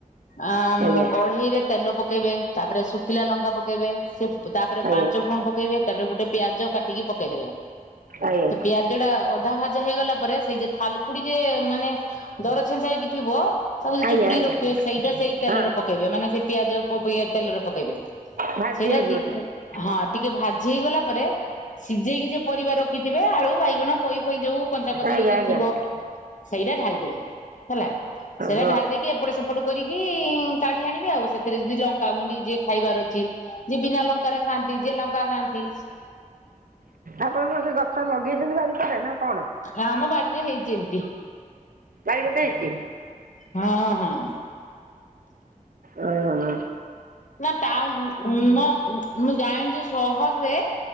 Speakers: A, on the left (about 60°); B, on the right (about 80°).
A: ଆମ୍
B: ଆଜ୍ଞା
A: କଢେଇରେ ତେଲ ପକେଇବେ ତାପରେ ଶୁଖିଲା ଲଙ୍କା ପକେଇବେ, ସେ ତାପରେ
B: ଆଜ୍ଞା
A: ପାଞ୍ଚ ଫୁଟଣ ପକେଇବେ, ତାପରେ ଗୋଟେ ପିଆଜ କାଟିକି ପକେଇଦେବେ।
B: ଆଜ୍ଞା।
A: ସେ ପିଆଜ ଜଟା ଅଧା ଭାଜା ହେଇଗଲା ପରେ ସେଇ ଯେ ଥାଲକୁଡି ଯେ ମାନେ ଦର ଛେଞ୍ଚା ହେଇକି ଥିବ ତାକୁ ଯଦି
B: ଆଜ୍ଞା
A: ଚୁପୁଡିକି
B: ଆଜ୍ଞା
A: ରଖଥିବେ, ସେଇଟା ସେଇ ତେଲରେ
B: ହଁ
A: ପକେଇବେ ମାନେ ସେଇ ପିଆଜ ପ ଇଏ ତେଲରେ ପକେଇବେ।
B: ଭାଜି
A: ସେଇଟା
B: ହେଇଯିବ
A: ଦି
B: ଟିକେ
A: ଆଁ ହଁ ଟିକେ ଭାଜି ହେଇଗଲା ପରେ, ସିଝେଇକି ଯିଏ ପରିବା ରଖି ଖିବେ ଆଳୁ, ବାଇଗଣ, ପୋଇ ଫୋଇ ଯୋଉ କଞ୍ଚା କଦଳୀ
B: ଆଜ୍ଞା
A: ଯଦି
B: ଆଜ୍ଞା
A: ଥିବ ସେଇଟା ଢାଳିଦେବେ, ହେଲା ସେଇଟା
B: ହଁ
A: ଢାଳି ଦେଇକି ଏପଟେ ସେ ଏପଟୁ କରିକି କାଢି ଆଣିବେ ଆଉ। ସେଥିରେ ଯଦି ଲଙ୍କାଗୁଣ୍ଡି ଯିଏ ଖାଇବାର ଅଛି ଯେ ବିନା ଲଙ୍କାରେ ଖାଆନ୍ତି, ଯିଏ ଲଙ୍କା ଖାଆନ୍ତି
B: ଆପଣଙ୍କର ସେ ଗଛ ଲଗେଇଛନ୍ତି ବାରିପଟେ ନା କଣ?
A: ଆମ ବାଡି଼ରେ ହେଇଛି ଏମିତି।
B: ବାରି ପଟେ ହେଇଛି।
A: ହଁ ହଁ।
B: ଅଁଅ
A: ନା ଟାଉନ୍ ନା ମୁଁ ଜାଣିଛି ସହର୍ ରେ